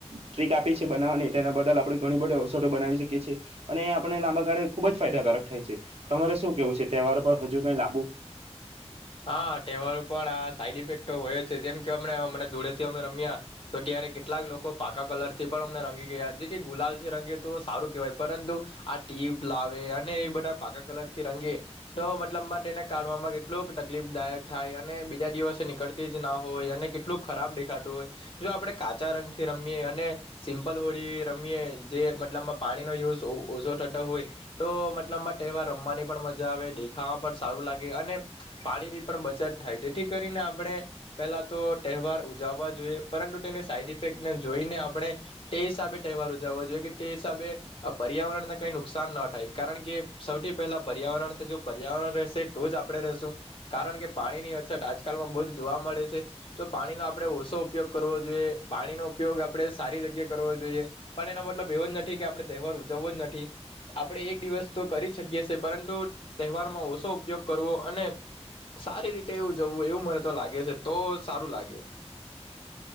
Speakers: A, on the right; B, on the left.
A: ટ્રીક આપી છે, બનાવવાની તેના બદલ આપણેે ઘણી બધી ઔષધિ બનાવી શકીએ છીએ અને એ આપણે લાંબા ગાળે ખુબ જ ફાયદાકારક થાય છે. તમારે શું કેવું છે, તહેવાર પર હજુ કઈ લાબુ
B: હા તહેવાર પણ આ આડઅસર હોય છે, જેમ કે અમને ધૂળે થી અમે રમ્યા તો ત્યારે કેટલાક લોકો પાકા કલર થી પણ અમને રંગી ગયા જે કે ગુલાલ થી રંગી તો સારું કેહેવાય પરંતુ આ ટીપ લાવે અને એ બધા પાકા કલર થી રંગે તો મતલબ અને કાઢમાં કેટલુંક દાયક થાયે અને બીજા દિવસે નીકળતી જ ના હોય અને કેટલું ખરાબ દેખાતું હોય જો આપણે કાચા રંગથી રમીએ અને સિમ્પલ હોળી રમીએ જે મતલબમાં પાણીનો યુઝ ઓછો થતો હોય તો મતલબમાં તહેવાર રમવાની પણ મજા આવે દેખાવા પણ સારું લાગે અને પાણી ની પણ બચત થાય જેથી કરીને આપણે પેલા તો તહેવાર ઉજવવા જોઈએ પરંતુ તેની આડઅસરને જોઈને આપણે તે હિસાબે તહેવાર ઉજવવા જોઈએ કે તે હિસાબે આ પર્યાવરણને કઈ નુકસાન ન થાય કારણ કે સૌથી પહેલા પર્યાવરણ છે જો પર્યાવરણ રહેશે તો જ આપડણે રશું કારણ કે પાણીની અછત આજકાલમાં બહુ જ જોવા મળે છે, તો પાણીનો આપણે ઓછો ઉપયોગ કરવો જોઈએ પાણીનો ઉપયોગ આપડણે સારી જગ્યા કરવો જોઈએ પણ એના માટે મતબવ જ નથી કે આપણે તહેવાર ઉજવો જ નથી આપણે એક દિવસ તો કરી જ શકીએ છીએ પરંતુ તહેવારમાં ઓછો ઉપયોગ કરવો અને સારી રીતે એવું જવું એવું મને તો લાગે છે, તો સારું <unintelligible>